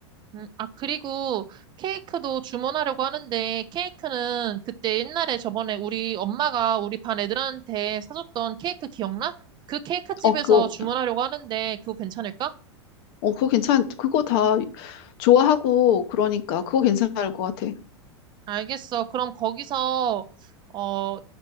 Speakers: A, on the right (about 30°); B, on the left (about 55°).
A: 음, 아, 그리고 케이크도 주문하려고 하는데, 케이크는 그때 옛날에 저번에 우리 엄마가 우리 반 애들한테 사줬던 케이크 기억나? 그 케이크 집에서
B: 어, 그거,
A: 주문하려고 하는데, 그거 괜찮을까?
B: 어, 그거 괜찮, 그거 다 좋아하고 그러니까 그거 괜찮을 것 같아.
A: 알겠어. 그럼 거기서, 어,